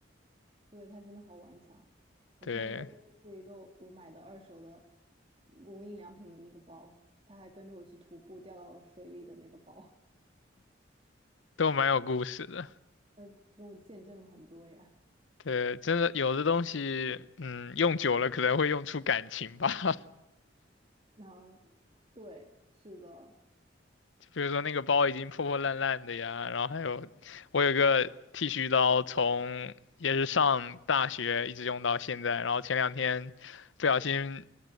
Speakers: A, on the right (about 30°); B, on the left (about 75°).
A: 对，它真的好顽强。我现在在背的是一个我我买的二手的
B: 对，
A: 无印良品的那个包，它还跟着我去徒步掉到了水里的那个包，
B: 都蛮有故事的。
A: <laughs> 跟我见证了很多呀。
B: 对，真的有的东西，嗯，用久了可能会用出感情吧。<laughs>
A: 然后，对，是的，
B: 就比如说那个包已经破破烂烂的呀，然后还有我有个剃须刀从，也是上大学一直用到现在，然后前两天不小心